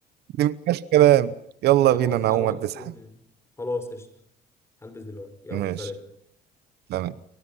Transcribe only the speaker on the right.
دي مفيهاش كلام يلا
بينا انا
هقوم
البس
حاجة
ماشي
تمام